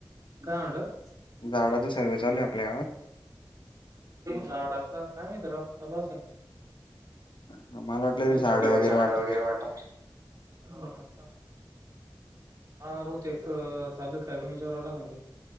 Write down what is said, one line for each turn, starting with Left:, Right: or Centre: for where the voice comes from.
Right: म्हटलात?
Left: झाड सर्वे चालू आहे आपल्या गावात?
Right: झाडाचा काय माहिती राव, चालू असेल.
Left: मला वाटलं ते झाडं
Right: पडलेले झाड
Left: वाटप
Right: वगैरे वाटत हा... हो तेक चालू आहे का विचाराव लागण ते